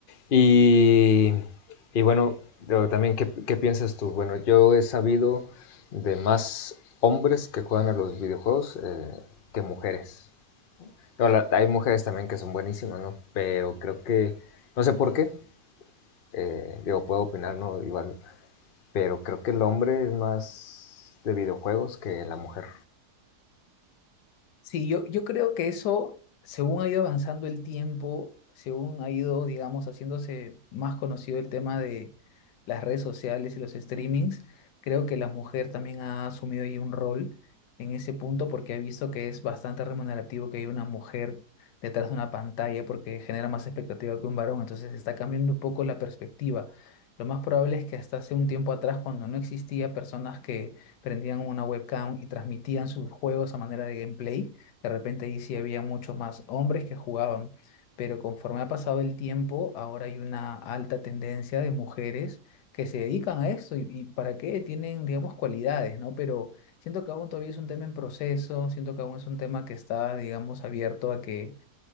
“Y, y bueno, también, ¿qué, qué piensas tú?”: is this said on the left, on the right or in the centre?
Left